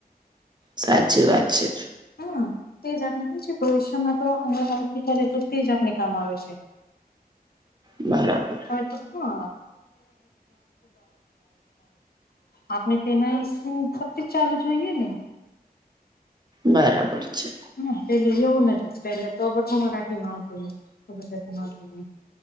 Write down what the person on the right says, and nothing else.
સાચી વાત છે.
બરાબર.
બરાબર છે.